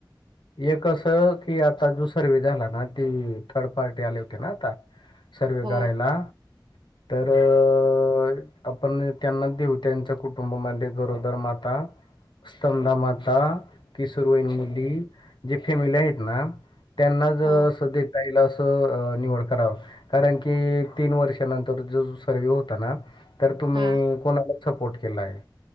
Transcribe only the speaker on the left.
एक अससं की आता जो सर्वी झाला ना ती थर्ड पार्टी आले होते ना आता. सर्वे
करायला तर अ. होय आपण त्यांना देऊ त्यांच्या कुटुंबामध्ये गरोदर माता. स्तंधा माता किशोरवयीन मुली? जे फॅमिली आहेत ना त्यांनाच असं
देताईल असं निवड करावं कारण की तीन वर्षानंतर जो सर्वे होता ना तर तुम्ही
कोणालाच सपोर्ट केला आहे